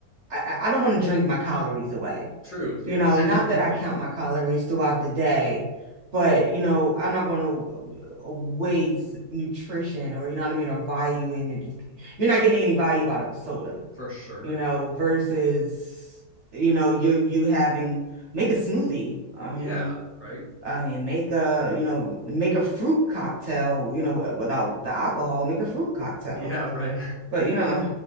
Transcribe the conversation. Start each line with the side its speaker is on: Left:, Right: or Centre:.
Right: I I I don't want to drink my calories away.
Left: true yes
Right: You know, not
Left: <laughs>
Right: that I
Left: yeah
Right: count my calories throughout the day, but you know, I'm not going to waste nutrition or you know what I mean, or value in it. You're not getting any value out of a soda,
Left: for sure
Right: you
Left: yeah
Right: know, versus you know you you having make a smoothie. I
Left: yeah
Right: mean.
Left: right
Right: I mean, make a, you know, make a fruit cocktail, you know, wi- without the alcohol, make a fruit cocktail.
Left: yeah right
Right: But, you know,